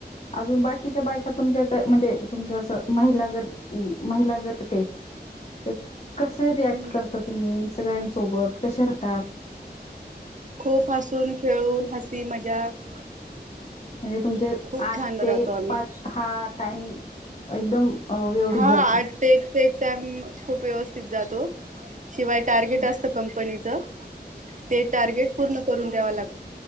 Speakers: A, on the left; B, on the right.
A: अजून बाकीच्या बाय आता तुमच्या इथे म्हणजे तुमच अस महिला गट महिला गट आहे ते कसं
B: हम्म
A: रिॲक्ट करता तुम्ही सगळ्यांसोबत? कसे राहतात?
B: खूप हसून, खेळून हसी मजाक
A: म्हणजे तुमचे
B: खूप
A: आठ
B: छान राहतो
A: ते
B: आम्ही
A: पाच हा टाइम एकदम व्यवस्थित
B: हा
A: जातो
B: आठ ते ते एक टाइम खूप व्यवस्थित जातो. शिवाय टार्गेट
A: हा
B: असतं कंपनीचं ते टार्गेट पूर्ण करून द्यावा लागतो.